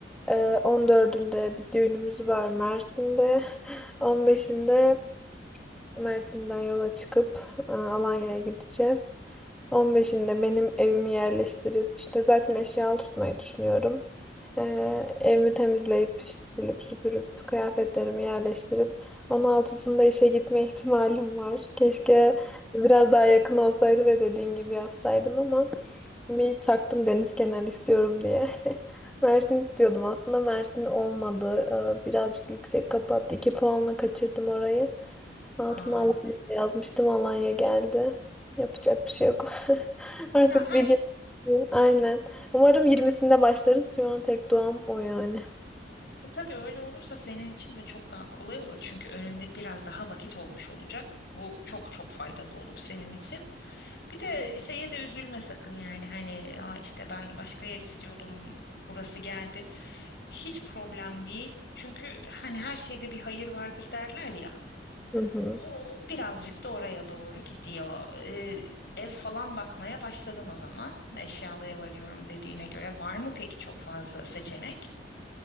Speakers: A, in the centre; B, on the left.
A: Ee, on dördünde bir düğünümüz var Mersin'de. <laughs> On beşinde Mersin'den yola çıkıp e, Alanya'ya gideceğiz. On beşinde benim evimi yerleştirip işte zaten eşyalı tutmayı düşünüyorum. Ee, evimi temizleyip işte silip süpürüp kıyafetlerimi yerleştirip on altısında işe gitme <laughs> ihtimalim var. Keşke biraz daha yakın olsaydı ve dediğin gibi yapsaydım ama bir taktım deniz kenarı istiyorum diye. <laughs> Mersin istiyordum aslında Mersin olmadı. Ee, birazcık yüksek kapattı. 2 puanla kaçırdım orayı. Altına
B: Aa,
A: Alanya yazmıştım Alanya geldi. Yapacak bir şey yok. <laughs> Artık
B: ya her
A: bir gün aynen. Umarım yirmisinde başlarız. Şu an tek duam o yani.
B: E tabii öyle olursa senin için de çok daha kolay olur. Çünkü önünde biraz daha vakit olmuş olacak. Bu çok çok faydalı olur senin için. Bir de şeye de üzülme sakın yani hani Aa işte ben başka yer istiyordum burası geldi. Hiç problem değil. Çünkü hani her şeyde bir hayır vardır derler ya.
A: Hı hı.
B: O birazcık da oraya doğru gidiyor. Ee, ev falan bakmaya başladın o zaman. Eşyalıya varıyorum dediğine göre var mı peki çok fazla seçenek?